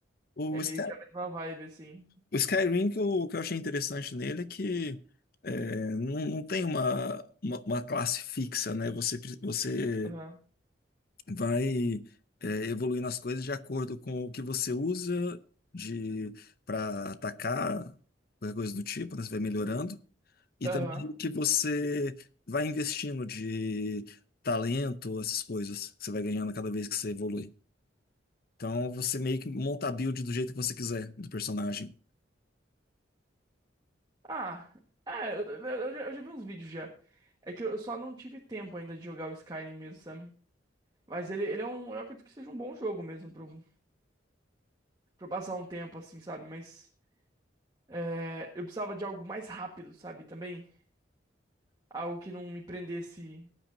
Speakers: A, on the left; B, on the right.
A: O,
B: É
A: Sky,
B: meio que a mesma vibe assim.
A: o Skyrim, que eu, que eu achei interessante nele é que é, não, não tem uma, uma, uma classe fixa, né? Você, pre- você
B: Aham.
A: vai é, evoluindo as coisas de acordo com o que você usa de para atacar, qualquer coisa do tipo, né? Você vai melhorando. E
B: Aham.
A: também o que você vai investindo de talento, essas coisas que você vai ganhando cada vez que você evolui. Então você meio que monta a build do jeito que você quiser do personagem.
B: Ah, é, eu, eu- eu já, eu já vi uns vídeos já. É que eu eu só não tive tempo ainda de jogar o Skyrim mesmo, sabe? Mas ele, ele é um. Eu acredito que seja um bom jogo mesmo pra, eu- pra eu passar um tempo assim, sabe? Mas é, eu precisava de algo mais rápido, sabe? Também. Algo que não me prendesse